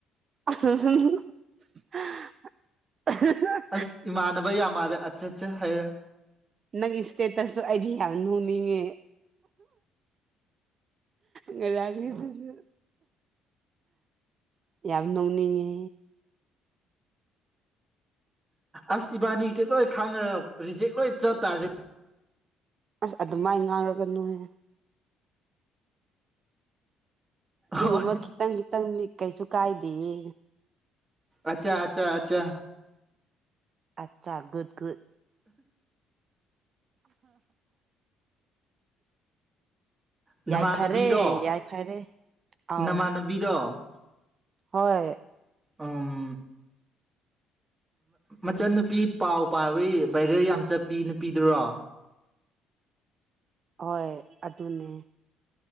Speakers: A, on the right (about 50°); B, on the right (about 25°).
A: <unintelligible>
B: ꯑꯁ ꯏꯃꯥꯟꯅꯕ ꯌꯥꯝ ꯃꯥꯜꯂꯦ ꯑꯠꯆꯥ ꯆꯥ ꯍꯥꯏꯔ꯫
A: ꯅꯪꯒꯤ ꯏꯁꯇꯦꯇꯁꯇꯣ ꯑꯩꯗꯤ ꯌꯥꯝ ꯅꯣꯅꯤꯡꯉꯦ꯫ ꯉꯔꯥꯡꯒꯤꯗꯨꯗꯤ꯫ ꯌꯥꯝ ꯅꯣꯛꯅꯤꯡꯉꯦ꯫
B: ꯑꯁ ꯏꯕꯥꯅꯤꯒꯤꯁꯦ ꯂꯣꯏ ꯈꯥꯡꯔꯒ ꯔꯤꯖꯦꯛ ꯂꯣꯏ ꯆꯠꯇꯥꯥꯔꯦ꯫
A: ꯑꯁ ꯑꯗꯨꯃꯥꯏꯅ ꯉꯥꯡꯔꯛꯒꯅꯨꯍꯦ꯫ ꯑꯗꯨꯒꯨꯝꯕ
B: ꯍꯣꯏ
A: ꯈꯤꯇꯪ ꯈꯤꯇꯪꯗꯤ ꯀꯩꯁꯨ ꯀꯥꯏꯗꯦꯌꯦ꯫
B: ꯑꯆꯥ ꯑꯆꯥ ꯑꯆꯥ꯫
A: ꯑꯠꯆꯥ ꯒꯨꯠ ꯒꯨꯠ
B: ꯅꯃꯥꯟꯅꯕꯤꯗꯣ
A: ꯌꯥꯏꯐꯔꯦ ꯌꯥꯏꯐꯔꯦ ꯑꯥꯎ
B: ꯅꯃꯥꯟꯅꯕꯤꯗꯣ
A: ꯍꯣꯏ
B: ꯎꯝ ꯃꯆꯟꯅꯨꯄꯤ ꯄꯥꯎ ꯄꯥꯕꯩ ꯚꯥꯏꯔꯦꯜ ꯌꯥꯝ ꯆꯠꯄꯤ ꯅꯨꯄꯤꯗꯨꯔꯣ
A: ꯍꯣꯏ ꯑꯗꯨꯅꯦ